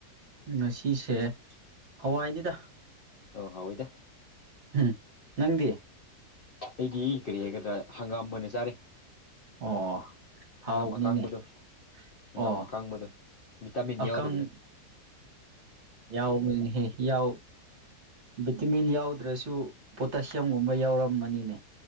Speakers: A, on the right; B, on the left.
A: ꯉꯁꯤꯁꯦ ꯍꯋꯥꯏꯅꯤꯗ
B: ꯑꯧ ꯍꯥꯎ ꯏꯗ
A: ꯍꯝ ꯅꯪꯗꯤ
B: ꯑꯩꯗꯤ ꯀꯔꯤ ꯍꯥꯏꯒꯗ꯭ꯔꯥ ꯍꯪꯒꯥꯝ ꯑꯣꯏꯅ ꯆꯥꯔꯦ
A: ꯑꯣ ꯍꯥꯎꯕꯅꯤꯅꯦ
B: ꯍꯪꯒꯥꯝ ꯑꯀꯥꯡꯕꯗꯣ ꯍꯪꯒꯥꯝ
A: ꯑꯣ
B: ꯑꯀꯥꯡꯕꯗꯣ ꯚꯤꯇꯥꯃꯤꯟ
A: ꯑꯀꯪ
B: ꯌꯥꯎꯗꯕꯗꯣ
A: ꯌꯥꯎꯕꯅꯤꯍꯦ ꯌꯥꯎ ꯚꯤꯇꯃꯤꯟ ꯌꯥꯎꯗ꯭ꯔꯁꯨ ꯄꯣꯇꯥꯁꯤꯌꯝꯒꯨꯝꯕ ꯌꯥꯎꯔꯝꯃꯅꯤꯅꯦ